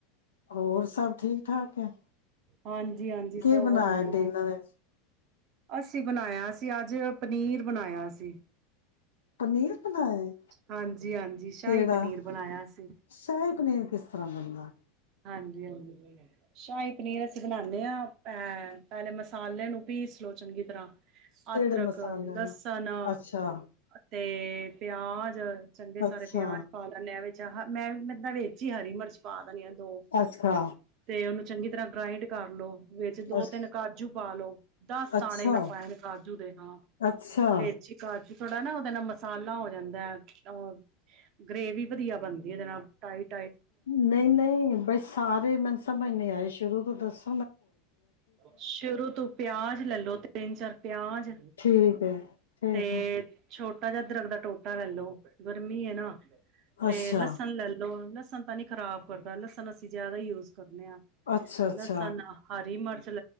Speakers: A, on the left; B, on the right.
A: ਹੋਰ ਸਭ ਠੀਕ ਠਾਕ'। ਹੈ।
B: ਹਾਂਜੀ ਹਾਂਜੀ ਸਭ
A: ਕੀ ਬਣਾਇਆ
B: ਵਧੀਆ,
A: ਡਿਨਰ ਚ
B: ਅਸੀਂ ਬਣਾਇਆ ਸੀ, ਅੱਜ ਫੇਰ ਪਨੀਰ ਬਣਾਇਆ ਸੀ।
A: ਪਨੀਰ ਬਣਾਇਆ
B: ਹਾਂਜੀ, ਹਾਂਜੀ, ਸ਼ਾਹੀ
A: ਕਿਹੜਾ
B: ਪਨੀਰ ਬਣਾਇਆ ਸੀ,
A: ਸ਼ਾਹੀ ਪਨੀਰ ਕਿਸ ਤਰ੍ਹਾਂ ਬਣਦਾ
B: ਹਾਂਜੀ- ਹਾਂਜੀ। ਸ਼ਾਹੀ ਪਨੀਰ ਅਸੀਂ ਬਣਾ ਖਾਂਦੇ ਹਾਂ ਪਹਿਲੇ ਮਸਾਲੇ ਨੂੰ ਵੀ ਸਲੋਚਨਗੀ ਤਰ੍ਹਾਂ
A: ਕਿਹੜੇ
B: ਅਦਰਕ,
A: ਮਸਾਲੇ
B: ਲਸਣ,
A: ਨਾਲ ਅੱਛਾ
B: ਤੇ ਤੇ ਪਿਆਜ। ਚੰਗੇ ਸਾਰੇ
A: ਅੱਛਾ
B: ਪਿਆਜ ਪਾ ਲੈਦੇ ਆ ਐਵੇਂ। ਮੈਂ ਇਹਦੇ ਵੇਚੀ ਹਰੀ ਮਿਰਚ ਪਾ ਦੇਣੀ ਆ ਦੋ
A: ਅੱਛਾ!
B: ਤੇ ਉਹਨੂੰ ਚੰਗੀ ਤਰ੍ਹਾਂ ਗ੍ਰਾਇੰਡ ਕਰਲੋ। ਵਿੱਚ ਦੋ
A: ਅਛ
B: ਤਿੰਨ ਕਾਜੂ ਪਾ ਲਓ ਦਸ
A: ਅੱਛਾ
B: ਦਾਣੇ ਮੈਂ ਪਾਏ ਨੇ ਕਾਜੂ ਦੇ ਨਾਲ
A: ਅੱਛਾ
B: ਵਿੱਚ ਕਾਜੂ ਥੋੜਾ ਨਾ ਉਹਦੇ ਨਾਲ ਮਸਾਲਾ ਹੋ ਜਾਂਦਾ ਹੈ ਅ ਗ੍ਰੇਵੀ ਵਧੀਆ ਬਣਦੀ ਉਹਦੇ ਨਾਲ ਟਾਈਟ
A: ਨਹੀਂ ਨਹੀਂ ਬਈ ਸਾਰੇ <inaudible> ਸਮਝ ਨਹੀਂ ਆਏ ਸ਼ੁਰੂ ਤੋਂ ਦੱਸ,
B: ਸ਼ੁਰੂ ਤੋਂ ਪਿਆਜ਼ ਲੈ ਲੋ ਤਿੰਨ ਚਾਰ ਪਿਆਜ,
A: ਠੀਕ ਹੈ ਠੀਕ
B: ਤੇ
A: ਹੈ
B: ਛੋਟਾ ਜਿਹਾ ਅਦਰਕ ਦਾ ਟੋਟਾ ਲੈ ਲਓ ਗਰਮੀ ਹੈ ਨਾ ਤੇ
A: ਅੱਛਾ
B: ਲਸਣ ਲੈਲੋ ਲਸਣ ਤਾਂ ਨੀ ਖ਼ਰਾਬ ਕਰਦਾ ਲਸਣ ਅਸੀਂ ਜ਼ਿਆਦਾ ਯੂਜ ਕਰਨੇ ਆ,
A: ਅੱਛਾ ਅੱਛਾ
B: ਸਾਨੂੰ ਹਾਰੀ ਮਿਰ